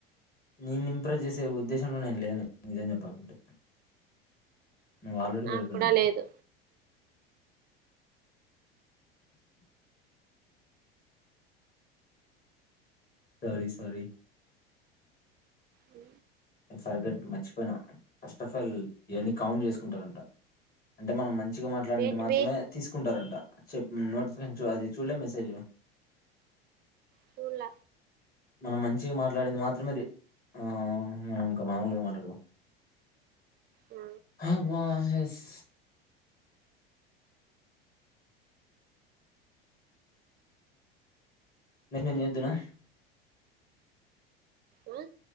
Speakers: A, on the left; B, on the right.
A: నేను ఇంప్రెస్ చేసే ఉద్దేశంలో నేను లే నిజం చెను పంట్. నువ్ ఆల్రెడీ
B: నాకు
A: పడిపోయినవ్
B: కూడా లేదు
A: సారీ సార
B: అ
A: సరిగట్టు మర్చిపోయిన ఫస్ట్ ఆఫ్ ఆల్ ఇవన్నీ కౌంట్ చేసుకుంటారంట అంటే మనం మంచి మంచిగా మాట్లాడినట్టు
B: ఏంటివి
A: మాత్రమే తీసుకుంటారు అంట. చెప్ <unintelligible> నేన్ అది చూలే మెసేజ్.
B: స్కూల్ల.
A: మనం మంచిగా మాట్లాడింది మాత్రమే ఆ ఇంకా మామూలుగాారు మాట్లాడదా
B: ఆ
A: హవాహెస్ నిన్ను నేను చేద్దునా.
B: ఆ.